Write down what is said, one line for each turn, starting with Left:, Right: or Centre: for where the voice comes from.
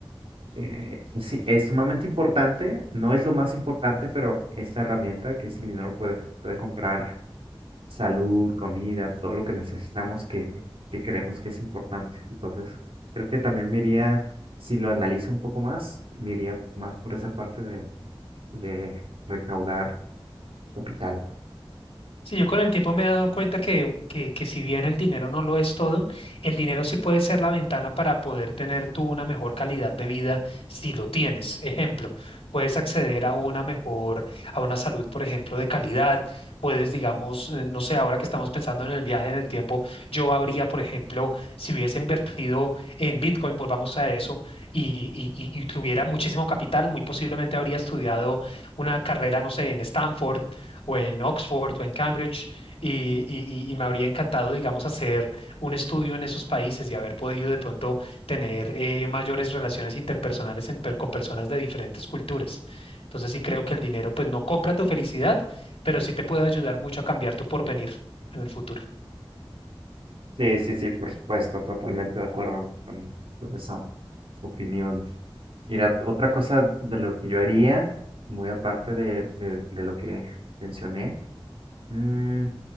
Right: eh, sí, es sumamente importante, no es lo más importante, pero esta herramienta que es el dinero puede, puede comprar salud, comida, todo lo que necesitamos que, que creemos que es importante. Entonces, creo que también me iría, si lo analizo un poco más, me iría más por esa parte de, de recaudar capital.
Left: Sí, yo con el tiempo me he dado cuenta que, que, que si bien el dinero no lo es todo, el dinero sí puede ser la ventana para poder tener tú una mejor calidad de vida si lo tienes. Ejemplo, puedes acceder a una mejor, a una salud, por ejemplo, de calidad. Puedes, digamos, eh, no sé, ahora que estamos pensando en el viaje en el tiempo, yo habría, por ejemplo, si hubiese invertido en Bitcoin, volvamos a eso, y, y y- y tuviera muchísimo capital, muy posiblemente habría estudiado una carrera, no sé, en Stanford o en Oxford o en Cambridge y, y- y- y me habría encantado, digamos, hacer un estudio en esos países y haber podido de pronto tener eh, mayores relaciones interpersonales en per- con personas de diferentes culturas. Entonces sí creo que el dinero pues no compra tu felicidad, pero sí te puede ayudar mucho a cambiar tu porvenir en el futuro.
Right: Sí, sí, sí, por supuesto, totalmente de acuerdo con, con esa opinión. Mira, otra cosa de lo que yo haría, muy aparte de, de, de lo que mencioné, mm,